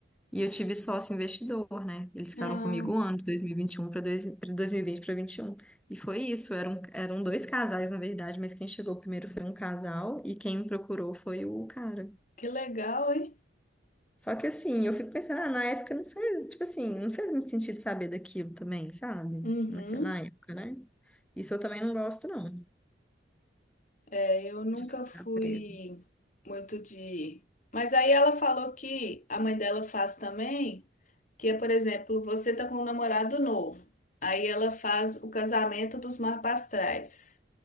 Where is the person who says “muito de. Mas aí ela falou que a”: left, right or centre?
Left